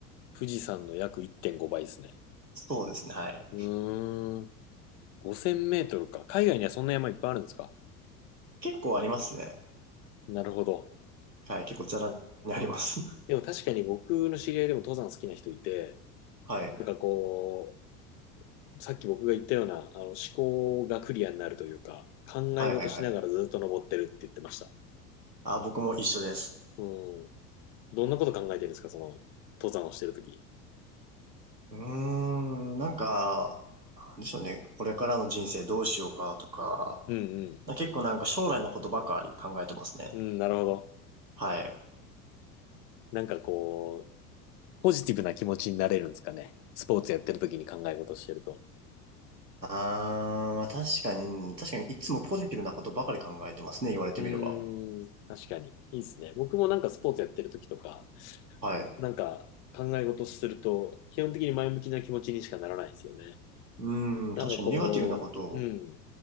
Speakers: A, on the left; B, on the right.
A: 富士山の約1.5倍ですね。
B: そうですね、はい。
A: うーん。5000メートルか。海外にはそんな山いっぱいあるんですか
B: 結構ありますね。
A: なるほど。
B: はい、結構ザラにあります。
A: でも確かに僕の知り合いでも登山好きな人いて、
B: <laughs> はい。
A: なんかこさっき僕が言ったような、あの、思考がクリアになるというか、考え事しながらずっと登ってるって言ってました。
B: はいはいはい。あ、僕も一緒です。
A: うん。どんなこと考えてるんですか、その、登山をしてるとき。
B: うーん、なんか、なんでしょうね。これからの人生どうしようかとか、
A: うん
B: な結構なんか将来のことばかり考えてますね。
A: うん。うん、なるほど。
B: はい。
A: なんかこう、ポジティブな気持ちになれるんですかね。スポーツやってるときに考え事してると。
B: あー、まあ確かに、うん確かにいつもポジティブなことばかり考えてますね。言われてみれば。
A: うーん、確かに。いいですね。僕もなんかスポーツやってるときとか、
B: はい。
A: なんか考え事すると、基本的に前向きな気持ちにしかならないですよね。
B: うーん、
A: なんかこう、
B: 確かにネガティブなことを
A: うん、